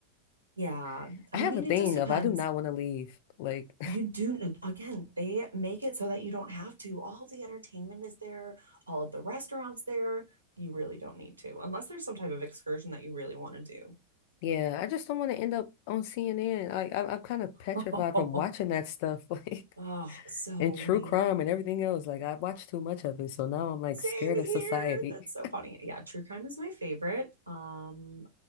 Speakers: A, on the right; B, on the left.
A: yeah.
B: <laughs>
A: I
B: I have
A: mean,
B: a thing
A: it just depends.
B: of I do not want to leave. Like
A: You do again, they make it so that you don't have to. All the entertainment is there, all of the restaurants there. You really don't need to, unless there's some type of excursion that you really want to
B: Yeah, I just don't want to end up on CNN. Like I, I'm kind of petrified
A: do.
B: from watching
A: <laughs>
B: that stuff, <laughs> like
A: Oh, so
B: and true
A: we
B: crime and everything else. Like I watched too much of it, so now I'm like
A: same
B: scared of
A: here.
B: society.
A: That's so
B: <laughs>
A: funny. Yeah, true crime is my favorite. Um,